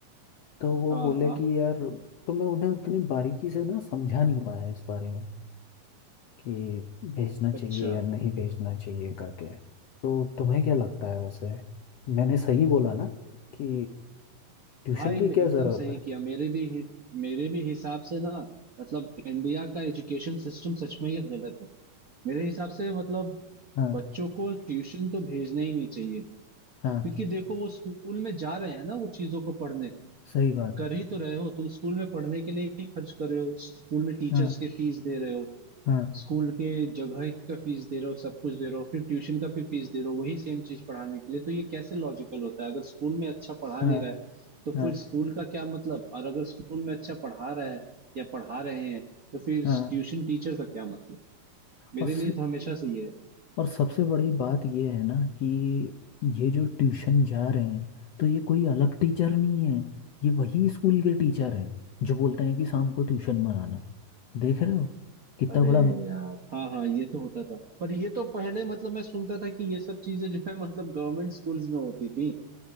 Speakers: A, on the left; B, on the right.
A: तो वो
B: हाँ
A: बोले
B: हाँ
A: कि यार तो मैं उन्हें उतनी बारीकी से ना समझा नहीं पाया इस बारे में कि भेजना चाहिए
B: अच्छा
A: या नहीं भेजना चाहिए करके तो तुम्हें क्या लगता है वैसे मैंने सही बोला ना कि ट्यूशन
B: भाई
A: की
B: मे-
A: क्या
B: एकदम
A: ज़रूरत
B: सही
A: है
B: किया मेरे भी हि- मेरे भी हिसाब से ना मतलब इंडिया का एजुकेशन सिस्टम सच में ही गलत है मेरे हिसाब से मतलब
A: हाँ
B: बच्चों को ट्यूशन तो भेजना ही नहीं चाहिए क्योंकि
A: हाँ
B: देखो वो स्कूल में जा रहे हैं ना वो चीजों को पढ़ने
A: सही बात
B: कर ही तो रहे हो तुम स्कूल में पढ़ने के लिए ही खर्च कर रहे हो स्कूल में टीचर्स
A: हाँ
B: के फीस दे रहे हो
A: हाँ
B: स्कूल के जगह का फीस दे रहे हो सब कुछ दे रहे हो फिर ट्यूशन का भी फीस दे रहे हो वही सेम चीज पढ़ाने के लिए तो ये कैसे लॉजिकल होता है अगर स्कूल में अच्छा पढ़ा
A: हाँ
B: नहीं रहा है तो
A: हाँ
B: फिर स्कूल का क्या मतलब और अगर स्कूल में अच्छा पढ़ा रहा है या पढ़ा रहे हैं तो फिर
A: हाँ
B: ट्यूशन टीचर का क्या मतलब मेरे
A: बस
B: लिए तो हमेशा से ये है
A: और सबसे बड़ी बात ये है ना कि ये जो ट्यूशन जा रहे हैं तो ये कोई अलग टीचर नहीं है ये वही स्कूल के टीचर हैं जो बोलते हैं कि शाम को ट्यूशन में आना देख रहे हो कितना
B: अरे
A: बड़ा
B: यार हाँ हाँ ये तो होता था पर ये तो पहले मतलब मैं सुनता था कि ये सब चीजें जो है मतलब गवर्नमेंट स्कूल्स में होती थी